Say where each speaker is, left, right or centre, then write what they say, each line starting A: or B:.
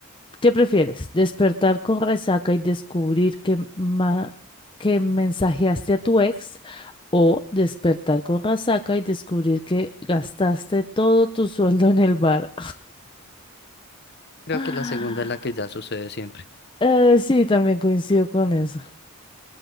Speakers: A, on the left (about 20°); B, on the left (about 50°).
A: ¿Qué prefieres? ¿Despertar con resaca y descubrir que, ma- que mensajeaste a tu ex? ¿O despertar con resaca y descubrir que gastaste todo tu sueldo en el bar?
B: Creo
A: <laughs>
B: que la segunda es la que ya sucede siempre.
A: Eh, sí, también coincido con eso,